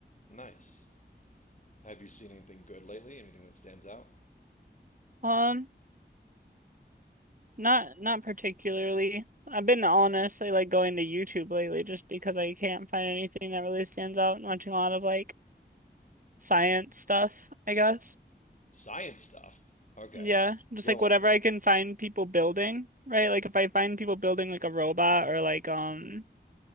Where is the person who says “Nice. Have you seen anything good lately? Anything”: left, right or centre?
Left